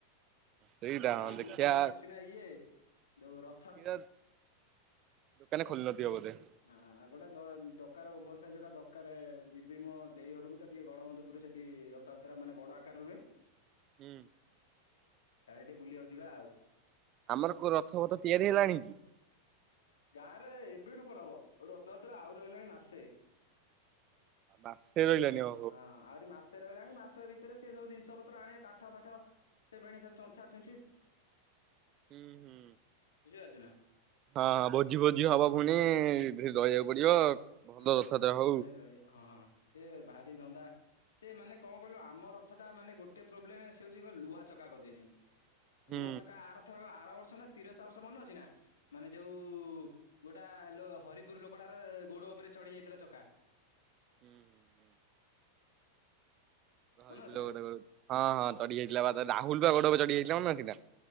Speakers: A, on the right; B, on the left.
A: ସେଇଟା
B: ଆ
A: ହଁ
B: ଆଗକୁ
A: ଦେଖିଆ
B: ଫେଣେ ଆସୁଚିନା ଇଏ ଯୋଉ ର
A: <unintelligible> ଦୋକାନ ଖୋଲି ନଥିବ ବଧେ।
B: ହଁ ଗୋଟା ଦ ଦକାର ଓଭର ସାଇଜ୍ ଗୋଟା ଦକାରେ ଯିବି ମୋ ଦେଇ ଘରୁକୁ ତ ଟିକେ ଗଡବଧୁପୁର ସେ ଠି ରଥଯାତ୍ରା ମାନେ ବଡ ଆକାରରେ ହୁଏ।
A: ହୁଁ।
B: କାଳେ ଟିକେ ବୁଲିିବାକୁ ଯିବା ଆଉ।
A: ଆମର କୋଉ ରଥଫଥ ତିଆରି ହେଲାଣି କି?
B: ଗାଁ ରେ ଏବେଠୁ କଣ ହବ ରଥଯାତ୍ରା ଆହୁରି ରହିଲାଣି ମାସେ।
A: ମାସେ ରହିଲାନି ଓ।
B: ହଁ ଆହୁରି ମା ସେ ରହିଲାଣି ମାସ ଭିତରେ ସେ ସବୁ ଜିନଷ ପତ୍ର ଆଣେ କାଠ ଫାଠ ସେ ଫେଣି ଚଞ୍ଚା ଛୁଞ୍ଚି। <inaudible>
A: ହୁଁ ହୁଁ।
B: ବୁଝିପାରୁଛୁ ନା?
A: ହଁ ହଁ ଭୋଜି ଭୋଜି ହବ ଫୁଣି ରହିବାକୁ ପଡିବ। ଭଲ
B: ହଁ
A: ରଥଯାତ୍ରା
B: ସେଠି
A: ହଉ।
B: ଫୁଣି ରହିବ ହଁ ସେ ଭାରି ଧନ୍ଦା। ସେ ମାନେ କଣ କହିଲୁ ଆମ ରଥଟା ମାନେ ଗୋଟେ ପ୍ରୋବ୍ଲେମ ସେ ହଉଛି ଲୁହା ଚକା କରିଦେଇଚନ୍ତି।
A: ହୁଁ
B: ଲୁହା ଚକା ଆରଥରକ ଆର ବର୍ଷ ନା ତିରସ୍ତା ବର୍ଷ ମନେ ଅଛି ନା? ମାନେ ଯୋଉ ଗୋଟା ଲୋ ହରିପୁରୁ ଲୋକଟାର ଗୋଡ ଉପରେ ଚଢି ଯାଇଥିଲା ଚକା।
A: ହୁଁ ହୁଁ। <unintelligible> ହଁ
B: ମନେ ଅଛି ନା?
A: ହଁ ଚଢିଯାଇଥିଲା ପା ଥରେ ରାହୁଲ ପା ଗୋଡ଼ ଉପରେ ଚଢି ଯାଇଥିଲା ମନେ ଅଛିନା?